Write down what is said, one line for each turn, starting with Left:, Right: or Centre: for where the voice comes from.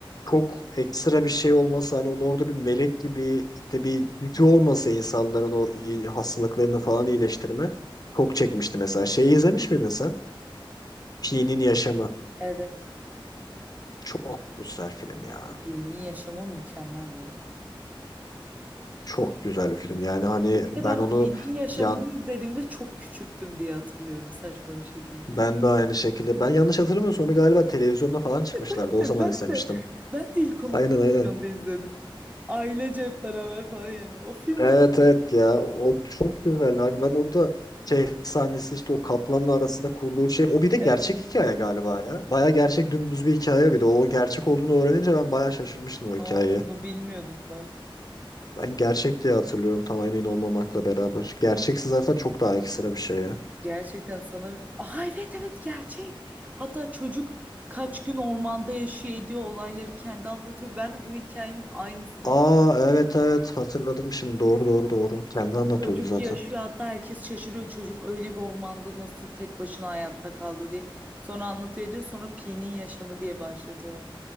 Left: çok ekstra bir şey olmasa hani onun orada bir melek gibi işte bir gücü olmasa insanların o iyi- hastalıklarını falan iyileştirme çok çekmişti mesela. Şeyi izlemiş miydin sen? Pi'nin Yaşamı.
Right: Evet.
Left: Çok güzel film ya.
Right: Pi'nin yaşamı mükemmel canım.
Left: Çok güzel bir film. Yani hani
Right: Ya bir
Left: ben
Right: de ben
Left: onu
Right: Pi'nin yaşamını
Left: yan
Right: izlediğimde çok küçüktüm diye hatırlıyorum saçma bir şekilde.
Left: ben de aynı şekilde ben yanlış hatırlamıyorsam onu galiba televizyonda falan çıkmışlardı.
Right: Ben
Left: O zaman
Right: de ben
Left: izlemiştim.
Right: de ben de ilk onu
Left: Aynen
Right: televizyonda
Left: aynen.
Right: izledim. Ailece hep beraber falan yani. O film
Left: Evet
Right: öyle.
Left: evet ya o çok güzel hani ben orada şey sahnesi işte o kaplanla arasında kurduğu şey o bir de gerçek
Right: Evet.
Left: hikaye galiba ya baya gerçek dümdüz bir hikaye bir de o gerçek olduğunu öğrenince ben baya şaşırmıştım o
Right: Aa,
Left: hikayeyi
Right: onu bilmiyordum bak.
Left: ben gerçek diye hatırlıyorum tam emin olmamakla beraber gerçekse zaten çok daha ekstra bir şey ya
Right: Gerçekten sana... Aa evet evet gerçek. Hatta çocuk kaç gün ormanda yaşıyor ediyor olayları kendi anlatıyor. Ben bu hikayenin aynısını
Left: aa evet evet hatırladım şimdi doğru doğru doğru kendi anlatıyordu
Right: Çocuk
Left: zaten
Right: yaşıyor hatta herkes şaşırıyor çocuk öyle bir ormanda nasıl tek başına hayatta kaldı diye. Sonra anlatıyor ediyor sonra Pi'nin yaşamı diye başlatıyorlar.